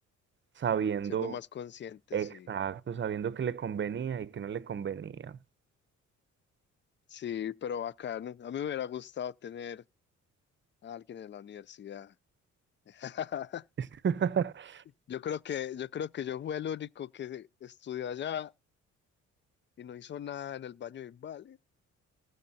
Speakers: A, on the right; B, on the left.
A: sabiendo
B: siendo más consciente,
A: exacto,
B: sí.
A: sabiendo que le convenía y que no le convenía.
B: Sí, pero bacano. A mí me hubiera gustado tener a alguien en la universidad. <laughs>
A: <laughs>
B: Yo creo que, yo creo que yo fui el único que estudió allá y no hizo nada en el baño de Invale.